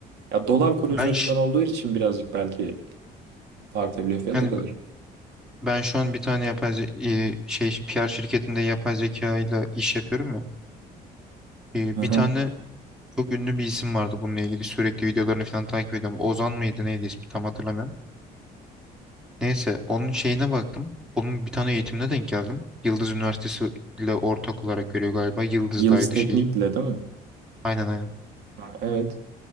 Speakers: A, on the right; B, in the centre.
A: Ya dolar kuru
B: Ben
A: üzerinden
B: ş-
A: olduğu için birazcık belki artabiliyor fiyat
B: hani
A: o kadar.
B: Ben şu an bir tane yapay ze- e, şey için PR şirketinde yapay zeka ile iş yapıyorum ya. E,
A: Hı
B: Bir
A: hı.
B: tane çok ünlü bir isim vardı bununla ilgili sürekli videolarını falan takip ediyorum. Ozan mıydı neydi ismi tam hatırlamıyorum. Neyse onun şeyine baktım. Onun bir tane eğitimine denk geldim. Yıldız Üniversitesi ile ortak olarak veriyor galiba. Yıldız'daydı
A: Yıldız Teknik'le
B: şeyi.
A: değil mi?
B: Aynen aynen.
A: Ha, evet.